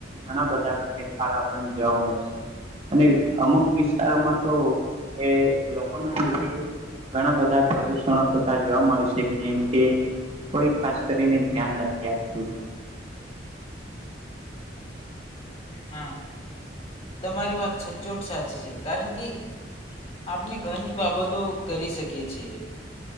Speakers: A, on the right (about 35°); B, on the left (about 30°).
A: ઘણા બધા ફેરફાર આપણને જોવા મળે છે અને અમુક વિસ્તારોમાં તો એ લોકો ના લીધે ઘણા બધા પ્રદુષણો થતા જોવા મળે છે કેમ કે કોઈ ખાસ કરીને ધ્યાન નથી આપતું.
B: હા તમારી વાત સચોટ સાચી છે કારણ કે આપણે ઘણી બાબતો કરી શકીએ છીએ